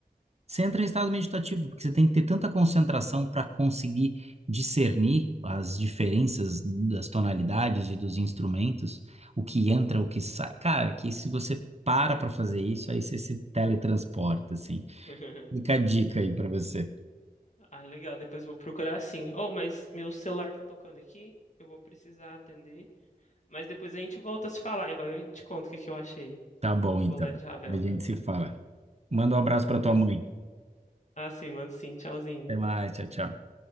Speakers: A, on the right; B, on the left.
A: você entra em estado meditativo, porque você tem que ter tanta concentração para conseguir discernir as diferenças das tonalidades e dos instrumentos, o que entra, o que sai. Cara, que se você para para fazer isso, aí você se teletransporta, assim.
B: <laughs>
A: Fica a dica aí para você.
B: Ah, legal, depois eu vou procurar sim. Oh, mas meu celular tá tocando aqui, eu vou precisar atender. Mas depois a gente volta a se falar e vai, eu te conto o que que eu achei
A: Tá bom,
B: do
A: então.
B: Bolero de Ravel.
A: A gente se fala. Manda um abraço para tua
B: Tá
A: mãe.
B: c- Ah, sim, mando sim, tchauzinho.
A: Até mais, tchau, tchau.